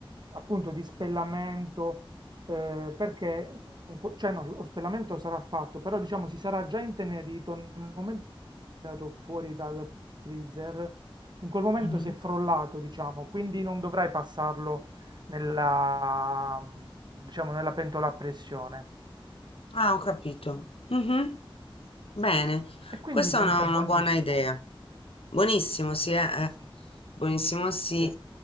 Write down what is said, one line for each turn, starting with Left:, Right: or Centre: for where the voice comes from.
Right: appunto, di spellamento, eh, perché, in que- cioè no, lo spellamento sarà fatto, però diciamo si sarà già intenerito nel momento che è andato fuori dal freezer, in quel momento
Left: mhm,
Right: si è frollato, diciamo, quindi non dovrai passarlo nella, diciamo, nella pentola a pressione.
Left: Ah, ho capito. Mh-mh. Bene,
Right: E quindi
Left: questa
Right: diventa
Left: è una
Right: buonissimo.
Left: una buona idea. Buonissimo, sì, eh, eh.
Right: Sì,
Left: Buonissimo, sì.
Right: sì.